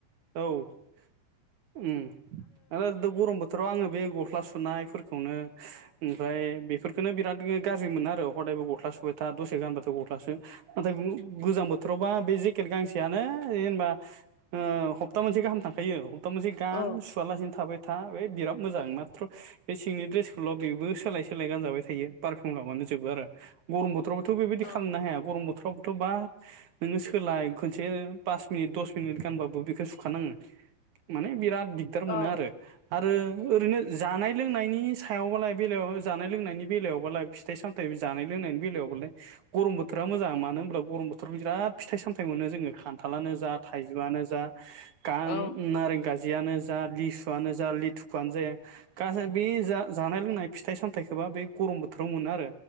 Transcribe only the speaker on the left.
औ
औ
औ
औ